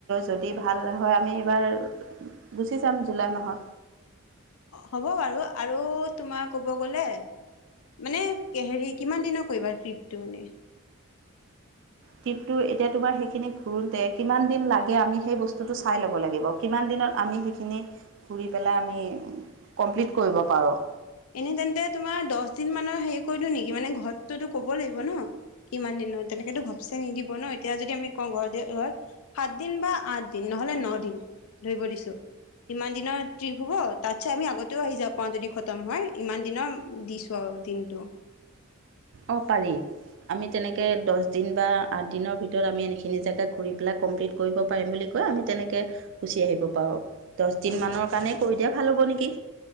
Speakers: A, on the right; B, on the left.
A: যদি ভাল হয় এইবাৰ গুচি যাম জুলাই মাহত
B: হ'ব বাৰু আৰু তোমাৰ ক'ব গলে মানে হেৰি কিমান দিনৰ কৰিবা ট্ৰিপটো মানে
A: ট্ৰিপটো এতিয়া তোমাৰ, সেইখিনি ঘূৰোতে কিমান দিন লাগে, আমি সেই বস্তুটো চাই ল'ব লাগিব। কিমান দিন দিনত আমি সেইখিনি ঘূৰি পেলাই আমি কমপ্লিট কৰিব পাৰোঁ!
B: এনেই তেন্তে, তোমাৰ দহদিন মানৰ হেৰি কৰি দিওঁ নেকি? মানে ঘৰতটো ক'ব লাগিব ন! কিমান দিনৰ তেনেকেতো ঘপচে নিদিব ন! এতিয়া যদি আমি কওঁ ঘৰত দি ঘৰত সাতদিন বা আঠদিন নহ'লে নদিন। ধৰিব দিছোঁ। কিমান দিনৰ ট্ৰিপ হ'ব? তাতছে আমি আগতেও আহি যাব পাৰোঁ যদি ম হয় ইমান দিনৰ দিছো আৰু দিনটো।
A: অ' পাৰি। আমি তেনেকৈ দশদিন বা আঠদিনৰ ভিতৰত আমি এইখিনি জেগা ঘূৰি পেলাই কমপ্লিট কৰিব পাৰিম বুলি কৈ আমি তেনেকে গুচি আহিব পাৰো। দশদিন মানৰ কাৰণেই কৰি দিয়া ভাল হ'ব নেকি!